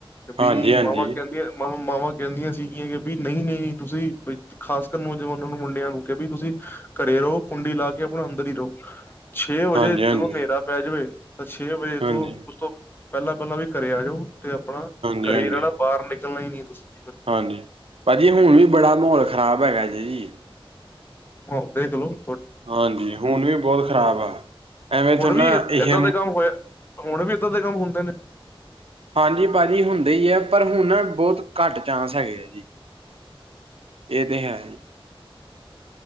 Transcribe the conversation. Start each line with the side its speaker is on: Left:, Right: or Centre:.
Left: ਕੇ ਬੀ,
Right: ਹਾਂਜੀ-ਹਾਂਜੀ,
Left: ਮਾਵਾਂ ਕਹਿੰਦੀਆਂ ਮਾਵਾਂ-ਮਾਵਾਂ ਕਹਿੰਦੀਆਂ ਸੀਗੀਆਂ ਕਿ ਬੀ ਨਹੀਂ-ਨਹੀਂ, ਤੁਸੀਂ ਬਈ, ਖਾਸ ਕਰ ਨੌਜਵਾਨਾਂ ਨੂੰ ਮੁੰਡਿਆਂ ਨੂੰ ਕੇ ਬੀ ਤੁਸੀਂ ਘਰੇ ਰਹੋ, ਕੁੰਡੀ ਲਾ ਕੇ ਆਪਣਾ ਅੰਦਰ ਈ ਰ‌ਓ। ਛੇ ਵਜੇ,
Right: ਹਾਂਜੀ-ਹਾਂਜੀ,
Left: ਜਦੋਂ ਨੇਰਾ
Right: ਹਾਂਜੀ,
Left: ਪੈ ਜਵੇ ਤਾਂ ਛੇ ਵਜੇ
Right: ਹਾਂਜੀ-ਹਾਂਜੀ,
Left: ਤੋਂ
Right: ਹਾਂਜੀ।
Left: ਉਸ ਤੋਂ ਪਹਿਲਾਂ-ਪਹਿਲਾਂ ਵੀ ਘਰੇ ਆਜੋ ਤੇ ਆਪਣਾ,
Right: ਹਾਂਜੀ
Left: ਘਰੇ
Right: ਹਾਂਜੀ
Left: ਰਹਿਣਾ ਬਾਹਰ ਨਿਕਲਣਾ ਈ ਨੀ ਤੁਸੀਂ।
Right: ਹਾਂਜੀ, ਭਾਜੀ ਹੁਣ ਵੀ ਬੜਾ ਮਾਹੌਲ ਖ਼ਰਾਬ ਹੈਗਾ ਜੇ ਜੀ।
Left: ਓ ਤੇ ਚਲੋ ਜੀ।
Right: ਹਾਂਜੀ, ਹੁਣ ਵੀ ਬਹੁਤ ਖ਼ਰਾਬ ਆ, ਐਵੇਂ
Left: ਹੁਣ
Right: ਤ
Left: ਵੀ
Right: ਨ ਇਹ
Left: ਏਦਾਂ ਦੇ ਕੰਮ ਹੋਇਆ ਹੁਣ ਵੀ, ਇੱਦਾਂ ਦੇ ਕੰਮ ਹੁੰਦੇ ਨੇ?
Right: ਹਾਂਜੀ ਭਾਜੀ, ਹੁੰਦੇ ਈ ਐ, ਪਰ ਹੁਣ ਨਾ, ਬਹੁਤ ਘੱਟ ਚਾਂਸ ਹੈਗੇ ਆ ਜੀ। ਇਹ ਤੇ ਹੈ ਈ।